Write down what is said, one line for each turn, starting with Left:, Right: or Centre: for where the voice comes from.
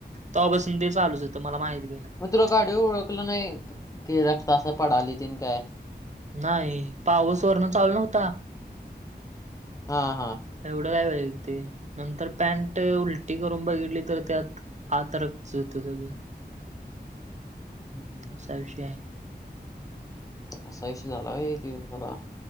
Right: तवापासून ते चालूच होत मला माहिती
Left: मग तुला गाडीवर ओळखल नाही की रक्त अस पडालय तेन काय?
Right: नाही पाऊस वरण चालू नव्हता.
Left: हां हां
Right: एवढ नाही माहिती नंतर पॅन्ट उलटी करून बघितली तर त्यात आत रक्तच होत सगळ.
Left: <inaudible>
Right: असा विषय आहे.
Left: असा विषय झाला व्हय तो सगळा.